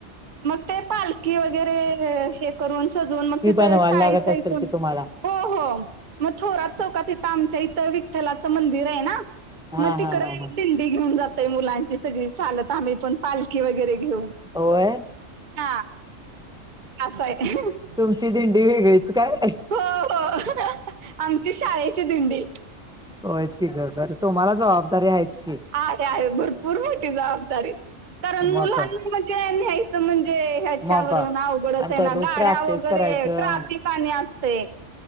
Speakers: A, on the right; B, in the centre.
A: मग ते पालखी वगैरे शे करून सजवून मग
B: ती
A: तिथं
B: बनवायला
A: शाळेचा
B: लागत असेल
A: इथून
B: की तुम्हाला
A: हो हो मग थोरात चौकात इथं आमच्या इथं विठ्ठलाचं मंदिर आहे ना
B: हा
A: मग तिकड
B: हा हा हा
A: दिंडी घेऊन जातय मुलांची सगळी चालत आम्ही पण पालखी वगैरे घेऊन
B: होय
A: हा. असं आहे.
B: तुमची दिंडी वेगळीच काय?
A: हो हो आमची शाळेची दिंडी.
B: होयेतं ती की गर दर तुम्हाला जबाबदारी आहेच की
A: आहे-आहे भरपूर मोठी जबाबदारी कारण
B: मग
A: मुलांना म्हणजे न्यायचं म्हणजे ह्याच्यावरून
B: मग
A: अवघडच
B: आणि
A: आहे
B: दररोज
A: ना गाड्या
B: प्रॅक्टिस
A: वगैरे
B: करायचं
A: ट्राफिक आणि असते.